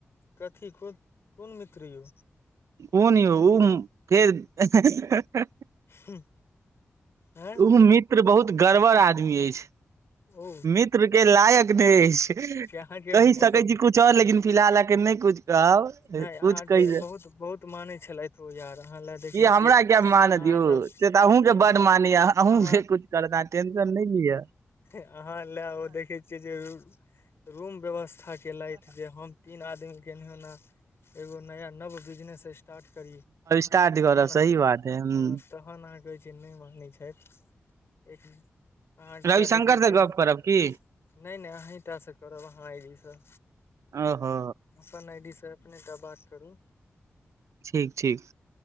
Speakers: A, on the left; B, on the right.
A: कथी खुद कोन मित्र यौ
B: कोन यौ ओ फेर ह ह ह
A: हूं आंय
B: ओ मित्र बहुत गड़बड़ आदमी अछि
A: ओ
B: मित्र के लायक नहि अछि
A: से अहाँके
B: कहि
A: मतलब
B: सकै छी कुछ आऔर लेकिन फिलहाल आके नहि कुछ कहब
A: नहि अहाँके
B: कुछ कहि
A: बहुत बहुत मानै छलथि ओ यार अहाँ लए देखै
B: कि हमरा
A: छियै
B: किया मारत
A: अहाँ
B: यौ
A: सब
B: से तऽ अहूँके
A: तीन
B: बड मानय यऽ अहूँके
A: अहाँ
B: कुछ करत अह टेंशन नहि लियअ
A: अहाँ लए ओ देखै छियै जे उ रूम व्यवस्था केलथि जे हम तीन आदमी केन हौ ना एगो नया नव बिजनेस स्टार्ट करी
B: स्टार्ट
A: तहन
B: करब सही बात है
A: हँ
B: ह
A: तहन अहाँ कहय छियै नहि मंगै छथि एक अहाँठ
B: रविशंकर
A: लए देखै
B: से
A: छियै
B: गप
A: नहि
B: करब की
A: नहि अहीटाँ सं करब अहाँ आइडी सँ
B: ओहो
A: अपन आई डी से अपनेटा बात करू
B: ठीक ठीक